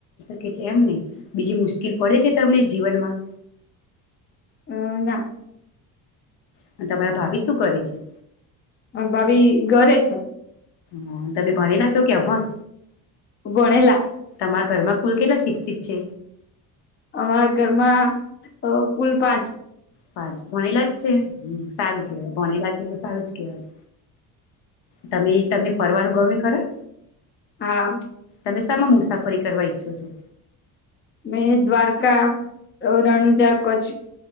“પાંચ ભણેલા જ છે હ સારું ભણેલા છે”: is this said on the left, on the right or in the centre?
Left